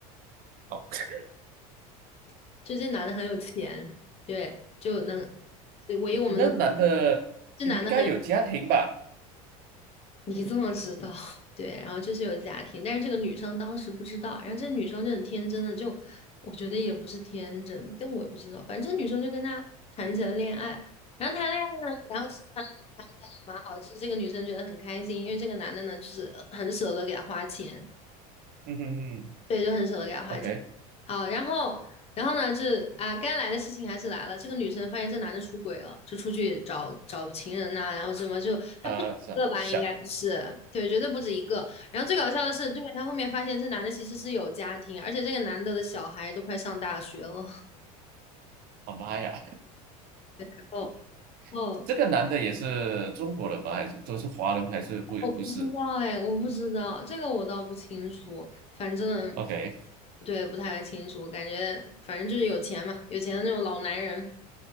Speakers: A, on the right; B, on the left.
A: 哦，<laughs>
B: <laughs> 就这男的很有钱，对，就能，对唯一我们能，
A: 那男的应该有家庭吧？
B: 这男的很。你怎么知道？对，然后就是有家庭，但是这个女生当时不知道，然后这女生就很天真的就，我觉得也不是天真，但我也不知道，反正这女生就跟他谈起了恋爱，然后谈恋爱呢，然后其实谈的蛮好，就是这个女生觉得很开心，因为这个男的呢就是很舍得给她花钱，
A: 嗯哼哼
B: 对，就很舍得给他花钱。
A: ，OK。
B: 好，然后，然后呢，这啊，该来的事情还是来了。这个女生发现这男的出轨了，就出去找找情人呐、然后什么就他不止一个吧，
A: 呃，想想，
B: 应该是对，绝对不止一个。然后最搞笑的是，对，他后面发现这男的其实是有家庭，而且这个男的的小孩都快上大学了。
A: 啊妈呀，
B: <laughs> 哦哦，
A: <laughs> 这个男的也是中国人吧？还是都是华人？还是不不是
B: 我不知道哎，我不知道这个我倒不清楚，反正
A: ？OK，
B: 对不太清楚，感觉反正就是有钱嘛，有钱的那种老男人，